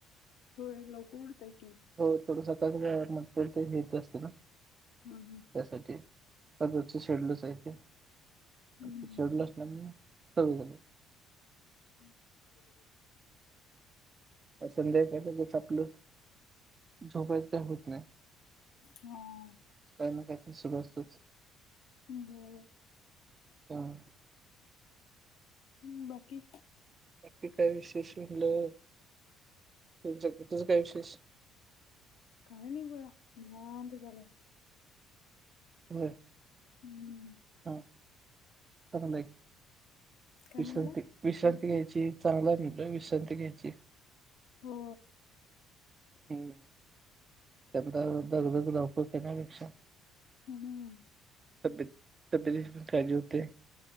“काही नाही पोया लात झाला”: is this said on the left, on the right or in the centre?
Left